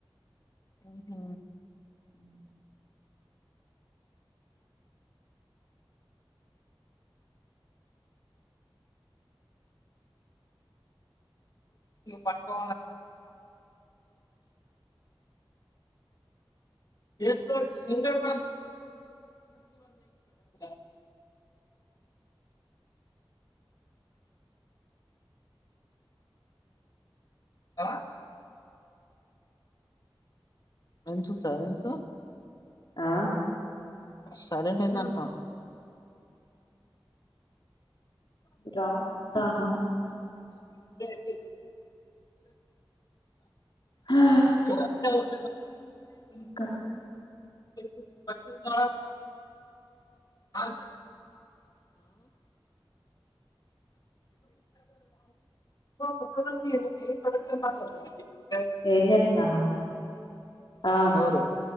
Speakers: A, on the left; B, on the left.
A: ఊహు
B: అ
A: పక్క ఏస్కోచ్ సింగర <unintelligible> ఆ అంచు సెవెన్ సు
B: ఆ
A: సైలంట్ అనంటా
B: రాత్తాను
A: <inaudible> <inaudible>
B: హా
A: <inaudible>
B: ఇంకా
A: చెప్పు పటుమా ఆ <inaudible> సో <unintelligible>
B: ఏం జేత్తానవ్ ఆ
A: ఎవరు